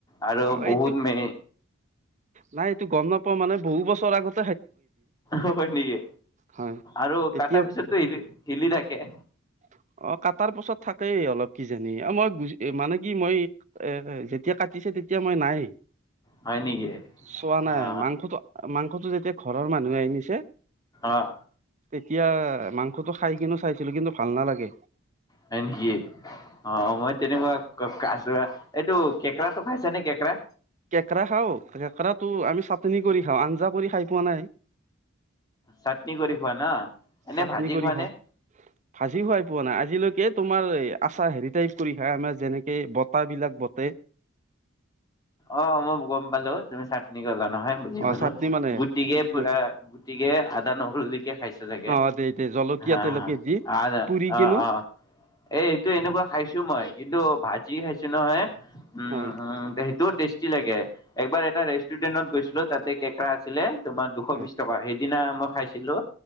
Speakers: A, on the left; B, on the right.
A: আৰু
B: অ,
A: বহুত
B: এইটো
A: মে
B: নাই এইটো গম নাপোও মানে বহু। বছৰ আগত।
A: হয় নেকি?
B: হয়
A: আৰু
B: এতিয়া
A: কটাৰ পিছতো হিলি হিলি থাকে।
B: অ, কাটাৰ পাছত থাকেই অলপ কিজানি মই মানে কি মই এ যেতিয়া কাটিছে তেতিয়া মই নাই।
A: হয় নেকি?
B: চোৱা নাই
A: অ
B: মাংসটো মাংসটো যেতিয়া। গোটেই ঘৰৰ মানুহে আনিছে।
A: আহ।
B: তেতিয়া, মাংসটো খাই কিনো চাইছিলো কিন্তু ভাল নালাগে।
A: হয় নেকি অ মই তেনেকুৱা আছো এইটো। কেঁকেৰা তো খাইছা নে কেকেৰা?
B: কেঁকৰা খাও, কেঁকৰা টো আমি চাটনি কৰি খাওঁ, আঞ্জা কৰি খাই পোৱা নাই।
A: চাটনি কৰি খোৱা ন, এনে
B: চাটনি
A: ভাজি
B: কৰি
A: খোৱা
B: খাওঁ
A: নে?
B: ভাজি খুৱাই পোৱা নাই আজিলৈকে তোমাৰ আচা হেৰিটাই কৰি খায় আমাৰ যেনেকে বতা বিলাক বটে
A: অ, মই গম পালো তুমি চাটনি গলা। নহয় বুজি
B: অ
A: পালো,
B: চাটনি মানে
A: গুটিকে
B: পুৰি
A: পুৰা,
B: লৈ
A: গুটিকে আদা, নহৰু দিকে খাইছে চাগে,
B: অ দে দে জলকীয়া
A: হ
B: তেলকীয়া দি
A: আ
B: পুৰি কিনো
A: অ অ এইটো এনেকুৱা খাইছো মই। কিন্তু ভাজি খাইছো নহয়, উম
B: হয়
A: উম। টেষ্টি লাগে, এবাৰ এটা ৰেষ্টুৰেণ্টত গৈছিলো তাতে কেঁকৰা আছিলে তোমাৰ দুশ
B: হয়
A: বিশ টকা সেই দিনা মই খাইছিলো।